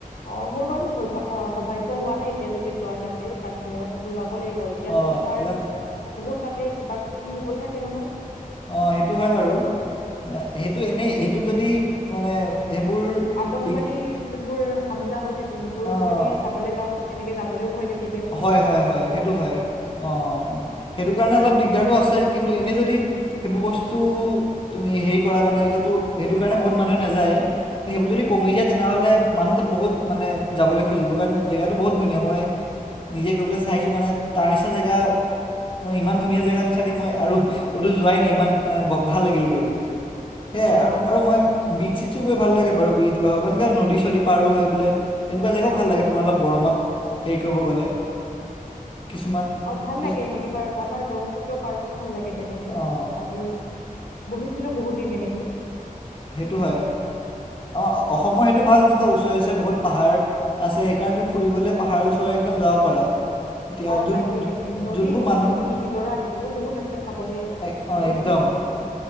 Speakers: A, on the left (about 75°); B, on the left (about 35°).
A: অ মোৰ বাৰু স অ সৌভাগ্য হোৱা নাই এতিয়ালৈকে যোৱাৰ তাতে কাশ্মীৰত কিন্তু যাব লাগিব এ ইয়াতো
B: অঁ
A: তোমাৰ
B: একদম
A: বহুত তাতে কিবা কিবি হৈ থাকে নহয়।
B: অঁ সেইটো হয় বাৰু, সেইটো এনেই সেইটো যদি মানে সেইবোৰ
A: আতংকবাদী
B: ইগ-
A: যোনবোৰ হামলা হৈ থাকে সেইবোৰত
B: অঁ
A: যদি চাবলৈ যাওঁ তেনেকে যাবলৈও ভয় লাগে দিয়াচোন
B: হয় হয়
A: পতককে
B: হয় সেইটো হয় অঁ। সেইটো কাৰণে অলপ দিগদাৰটো আছে কিন্তু এনেই যদি সেইবোৰ বস্তু তুমি হেৰি কৰা মানে এতিয়াতো সেইটো কাৰণে বহুত মানুহে নেযায় সেইবোৰ যদি কমি যায় তেনেহ'লে মানুহ তাত বহুত মানে যাবলৈ খুজিব, কাৰণ জেগাটো বহুত ধুনীয়া মই নিজে গৈ পেলাই চাই আহিছোঁ মানে তাৰ নিচিনা জেগা মানে ইমান ধুনীয়া জেগাটো চাগে মই আৰু ক'তো যোৱাই নাই ইমান মানে ভাল লাগিল গৈ। সেয়াই
A: অ
B: আৰু মই বীচ চীচো গৈ ভাল লাগে বাৰু বীজ বা হব সেনেকে নদী চদী পাৰো হৈ পেলাই তেনেকুৱা জেগাও ভাল লাগে তোমাৰ অলপ গৰমত হেৰি কৰিব গ'লে। কিছুমান
A: অ ভাল
B: কি
A: লাগে নদী পাৰতো আমাৰ ব্ৰহ্মপুত্ৰ পাৰতো ভাল লাগে তেনেকে
B: অঁ
A: তাতে বহিছিলোঁ বহুত দিন এনেকে।
B: সেইটো হয় আমাৰ অসমৰ সেইটো ভাল যেতিয়া ওচৰে ওচৰে বহুত পাহাৰ আছে সেইকাৰণে তু ফুৰিবলে পাহাৰৰ ওচৰ একদম যাব পাৰা। এতিয়া
A: অ
B: যোন
A: তাকেই তাকে নদী
B: যোনবোৰ মানুহ
A: নদী নিজৰা সেইবোৰো বহুত আছে চাবলে
B: এক- অ
A: বহুত
B: একদম
A: আছে বস্তু।